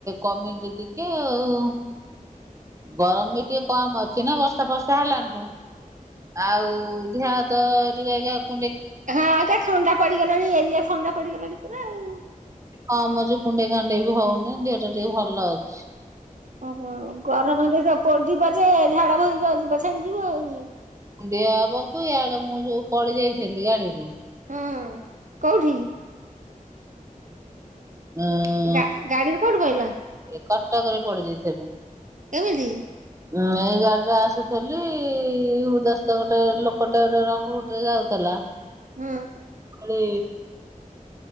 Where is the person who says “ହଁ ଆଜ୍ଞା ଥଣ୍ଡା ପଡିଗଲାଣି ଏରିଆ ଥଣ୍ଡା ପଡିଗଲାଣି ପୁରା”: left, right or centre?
Right